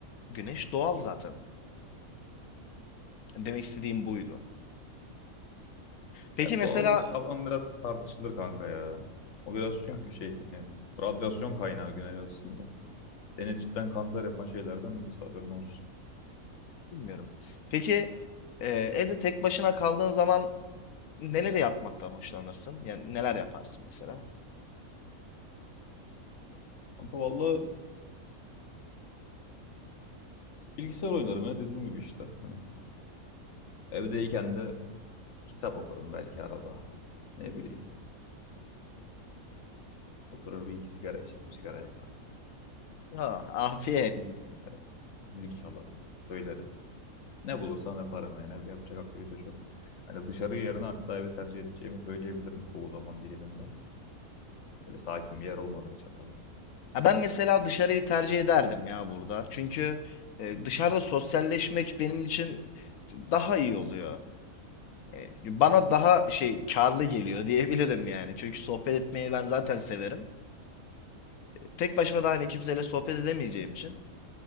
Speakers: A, on the left (about 85°); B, on the left (about 60°).
A: Güneş doğal zaten. Demek istediğim buydu. Peki
B: Ya
A: mesela
B: doğallık kavramı biraz tartışılır kanka ya. O biraz çünkü
A: ya
B: şey hani radyasyon kaynağı güneş aslında. Seni cidden kanser yapan şeylerden birisi haberin olsun.
A: bilmiyorum. Peki e, evde tek başına kaldığın zaman neleri yapmaktan hoşlanırsın? Yani neler yaparsın mesela?
B: Kanka valla bilgisayar oynarım ya dediğim gibi işte. Hani evdeyken de kitap okurum belki arada. Ne bileyim. Oturur bir iki sigara içerim, sigara yakarım.
A: Ah, afiyet.
B: Müzik dinlerim. Müzik çalarım, söylerim. Ne bulursam yaparım yani evde yapacak aktivite çok. Hani dışarı yerine hatta evi tercih edeceğimi söyleyebilirim çoğu zaman diliminde. Böyle sakin bir yer olmadıkça tabii.
A: Ha ben mesela dışarıyı tercih ederdim ya burada. Çünkü e, dışarıda sosyalleşmek benim için daha iyi oluyor. E, bana daha şey karlı geliyor <laughs> diyebilirim yani. Çünkü sohbet etmeyi ben zaten severim. E, Tek başıma da hani kimseyle sohbet edemeyeceğim için.